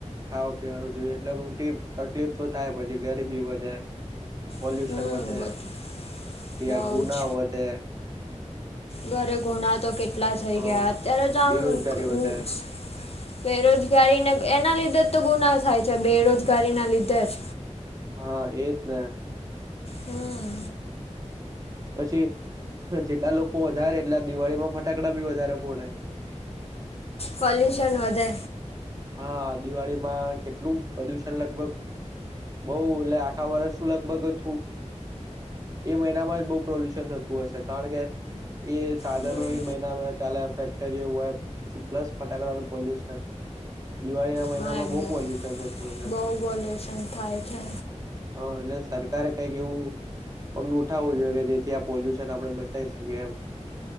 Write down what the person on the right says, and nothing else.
ખાવા પીવાનું જોઈએ એટલે મોટી તકલીફ તો થાય પછી ગરીબી વધે. પોલ્યુશન
વધે,
તે
આ ગુનાઓ
વધે,
અ
બેરોજગારી
વધે
હા એજ ને,
પછી જેટલા લોકો વધારે એટલા દિવાળીમાં ફટાકડા બી વધારે ફોડે.
હા દિવાળી માં કેટલું પ્રદુષણ લગભગ. બઉ લે આખા વરસ લગભગ થો, એ મહિનામાં જ બો પ્રોલ્યુશન થતું હશે કારણ કે, એ સાધનો
એ મહિનામાં ચાલે ફેક્ટરીઓ હોય પછી પ્લસ ફટાકડાનું પોલ્યુશન. દિવાળીના મહિનામાં
બો
પોલ્યુશન થતું હશે.
હ એટલે સરકારે કઈક એવું, પગલું ઉઠાવું જોઈએ કે જેથી આ પોલ્યુશન આપડે બચાઇ શકીએ એમ.